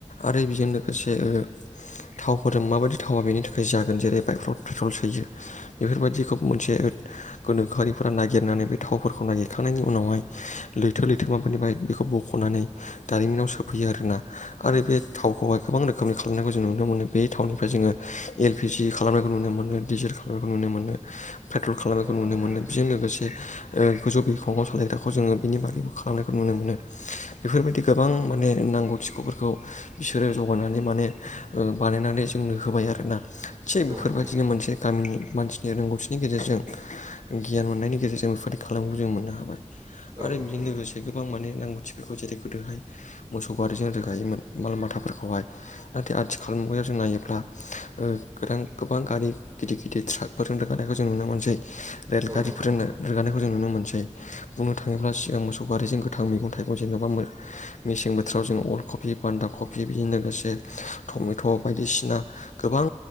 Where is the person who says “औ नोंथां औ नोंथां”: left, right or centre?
Right